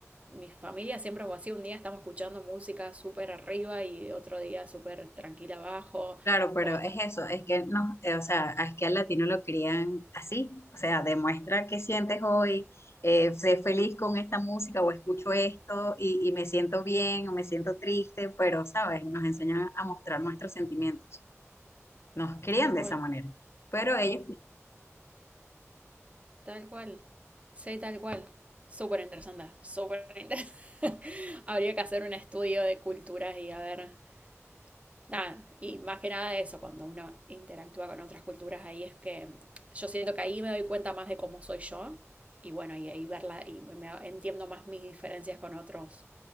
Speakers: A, on the right; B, on the left.
A: Mi familia siempre fue así. Un día estamos escuchando música súper arriba y otro día súper tranquila abajo.
B: Claro, pero
A: O hasta
B: es eso, es que no, eh, o sea, es que al latino lo crían así, o sea, demuestra qué sientes hoy, eh, sé feliz con esta música o escucho esto y, y me siento bien o me siento triste, pero, ¿sabes? Nos enseñan a mostrar nuestros sentimientos, nos crían
A: tal cual.
B: de esa manera, pero ellos,
A: Tal cual. Sí, tal cual. Súper interesante, súper interesante. <laughs> Habría que hacer un estudio de culturas y a ver, nada, y más que nada eso, cuando uno interactúa con otras culturas, ahí es que yo siento que ahí me doy cuenta más de cómo soy yo y bueno, y ahí verla y me, me- entiendo más mis diferencias con otros,